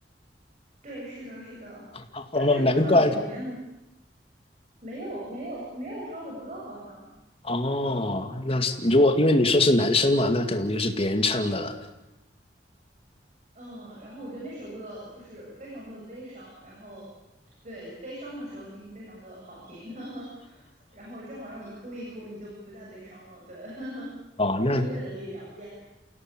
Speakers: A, on the right; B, on the left.
A: 对，是的，是的，
B: <laughs>
A: 但是好像里面
B: 哦，难怪
A: 没有没有没有他的歌，好像。
B: 哦。那是如果因为你说是男生嘛，那可能就是别人唱的了。
A: 嗯，然后我觉得那首歌就是非常的悲伤，然后对悲伤的时候听非常的好听，<laughs> 然后正好让你哭一哭，你就不再悲伤了。对，<laughs>
B: 哦，那
A: 音乐的力量，耶、